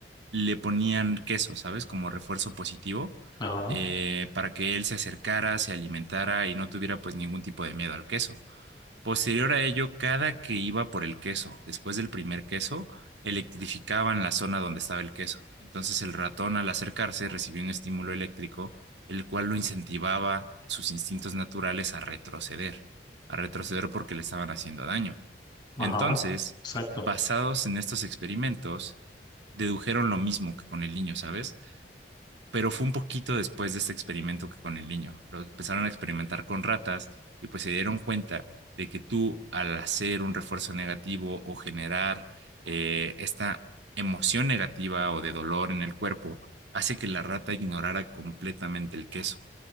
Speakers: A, on the right; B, on the left.
A: le ponían queso, ¿sabes? Como refuerzo positivo,
B: Ajá,
A: eh, para que él se acercara, se alimentara y no tuviera pues ningún tipo de miedo al queso. Posterior a ello, cada que iba por el queso, después del primer queso, electrificaban la zona donde estaba el queso. Entonces el ratón al acercarse recibió un estímulo eléctrico, el cual lo incentivaba sus instintos naturales a retroceder, a retroceder porque le estaban haciendo daño.
B: ajá,
A: Entonces,
B: exacto.
A: basados en estos experimentos, dedujeron lo mismo que con el niño, ¿sabes? Pero fue un poquito después de este experimento que con el niño. Lo empezaron a experimentar con ratas y pues se dieron cuenta de que tú al hacer un refuerzo negativo o generar eh, esta emoción negativa o de dolor en el cuerpo, hace que la rata ignorara completamente el queso.